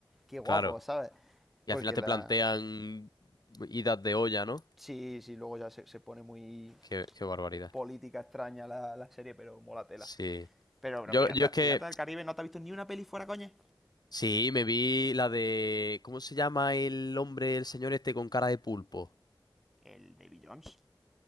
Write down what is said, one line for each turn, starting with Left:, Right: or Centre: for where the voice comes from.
Centre: qué guapo,
Left: claro,
Centre: ¿sabes?
Left: y
Centre: Porque
Left: al final te
Centre: la,
Left: plantean idas de olla, ¿no?
Centre: Sí, sí, luego ya se, se pone muy
Left: Qué, qué barbaridad.
Centre: política extraña la, la serie, pero mola tela.
Left: Sí.
Centre: Pero, bueno,
Left: Yo,
Centre: Pirata,
Left: yo es que,
Centre: Pirata del Caribe, ¿no te has visto ni una peli fuera, coña?
Left: sí, me vi la de, ¿cómo se llama el hombre, el señor este con cara de pulpo?
Centre: El de Bill Jones.